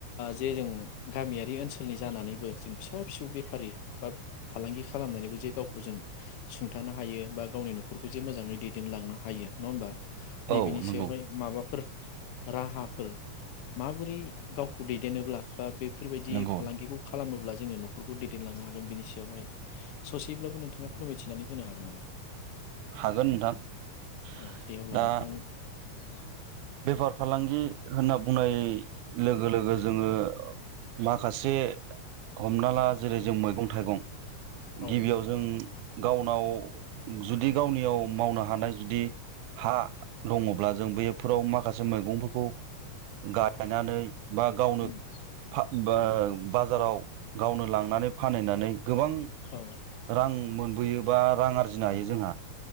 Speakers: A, on the left (about 80°); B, on the right (about 85°).
A: जे जों गामियारि ओनसोलनि जानानैबो जों फिसा फिसौ बेफारि बा फालांगि खालामनानैबो जे गावखौ जों सुंथानो हायो बा गावनि न'खरखौ जे मोजाङै दैदेनलांनो हायो नङा होमबा
B: नोंथां
A: नैबेनि
B: औ नंगौ
A: सायावहाय माबाफोर राहाफोर माबोरै गावखौ दैदेनोनोब्ला बा बे बेफोरबायदि
B: नंगौ
A: फालांगिखौ खालामोब्ला जोङो न'खरखौ दैदेनलांनो हागोन बेनि सायावहाय ससेब्लाबो नोंथाङा फोरमायथिनानै होनो हागोन नामा
B: हागोन नोंथां
A: अ दे अब्ला
B: दा
A: नोंथां <inaudible>
B: बेफार फालांगि होनना बुंनाय लोगो लोगो जोङो मा खासे हमना ला जेरै जों मैगं थाइगं
A: औ
B: गिबियाव जों गावनाव जुदि गावनियाव मावनो हानाय जुदि हा दङब्ला जों बे फोराव माखासे मैगंफोरखौ गायनानै बा गावनो
A: उम
B: बा बा बाजाराव गावनो लांनानै फानहैनानै गोबां
A: औ
B: रां मोन बोयोबा रां आरजिनो हायो जोंहा।